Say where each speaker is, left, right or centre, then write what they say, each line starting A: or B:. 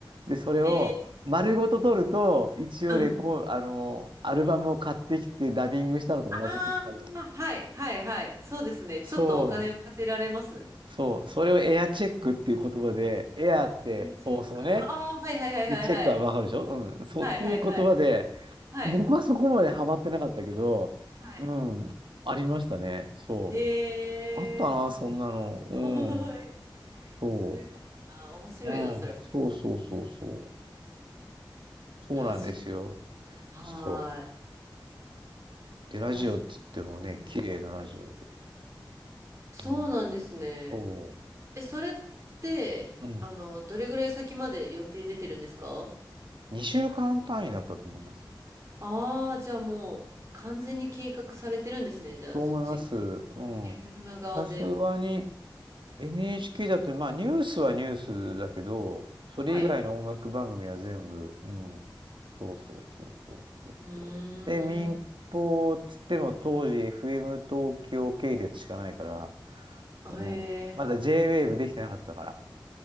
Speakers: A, on the right; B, on the right.
A: で、それを丸ごと取ると、
B: へ
A: 一応レコー、
B: ーうん。
A: あの、アルバムを買ってきてダビングしたのと同じ結果で。
B: ああ、はいはいはい。そうですね。ちょっとお金浮かせられますね。
A: そう。そう。それをエアチェックっていう言葉で、エアって放送ね。
B: いや、チェック。ああ、はいはいはいはいはい。
A: で、チェックはわかるでしょうん。そうっていう言葉で、
B: はいはいはい。はい。
A: 僕はそこまでハマってなかったけど、
B: はい。
A: うん。ありましたね。そ
B: へえ、
A: う。あったな、
B: あ、
A: そんなの。
B: おーい。
A: うん。そ
B: すごいな。面白いな、
A: う。うん。
B: それ。
A: そうそうそうそう。そうなんですよ。
B: ラジオ。はーい。
A: そう。で、ラジオって言ってもね、
B: ラジオね。
A: 綺麗なラジオで。
B: そうなんですね。
A: うん。そ
B: え、それって、
A: う。うん。
B: あの、どれぐらい先まで予定出てるんですか
A: 2週間単位だったと思います。
B: ああー、じゃあもう完全に計画されてるんですね。じゃあそっち、
A: そう思います。うん。
B: FM 側でも。
A: さすがに、NHK だと、まあ、ニュースはニュースだけど、それ以外の音楽番組は全部、
B: はい。
A: うん。そうそうそうそうそうそう。
B: うーん。
A: で、民放っつっても当時 FM 東京系列しかないから、
B: あへ
A: うん。まだ
B: え。
A: J-Wave できてなかったから。